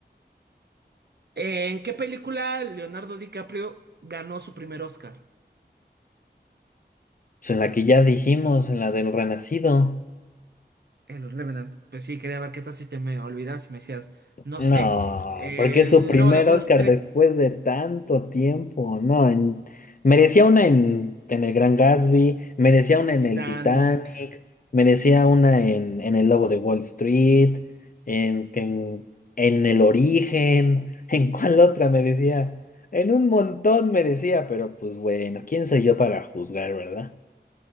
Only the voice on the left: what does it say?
pues en la que ya dijimos, en la del renacido.
No,
porque es su primer
Oscar
después de tanto tiempo. No, en- merecía una en, en El Gran Gatsby, merecía
una en
El Titanic, merecía una en, en El Lobo de Wall Street, en, en, en El Origen, <laughs> ¿en cuál otra merecía? En un montón merecía, pero pues bueno, ¿quién soy yo para juzgar, verdad?